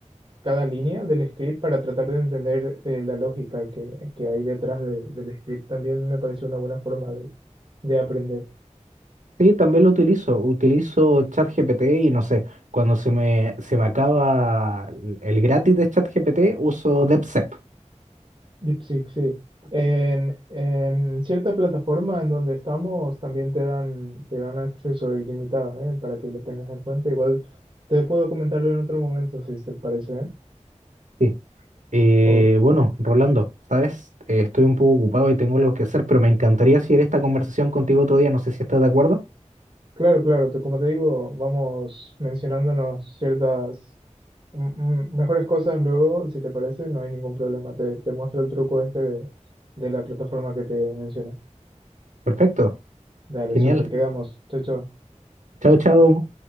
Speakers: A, on the right; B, on the right.
A: cada línea del script para tratar de entender eh, la lógica que, que hay detrás de- del script. También me parece una buena forma de, de aprender.
B: Sí, también lo utilizo. Utilizo ChatGPT y no sé, cuando se me, se me acaba el gratis de ChatGPT, uso DeepSeek.
A: DeepSeek, sí. En, en cierta plataforma en donde estamos también te dan, te dan acceso ilimitado, ¿eh? para que lo tengas en cuenta. Igual te puedo comentarlo en otro momento si te parece, ¿eh?
B: sí Eh,
A: O,
B: bueno, Rolando, ¿sabes? Eh, estoy un poco ocupado y tengo algo que hacer, pero me encantaría seguir esta conversación contigo otro día. No sé si estás de acuerdo.
A: claro, claro, te- como te digo, vamos mencionándonos ciertas m- m- mejores cosas luego, si te parece, no hay ningún problema. Te, te muestro el truco este de, de la plataforma que te mencioné.
B: Perfecto,
A: Dale,
B: genial.
A: súper, quedamos. Chao, chao.
B: Chao, chao.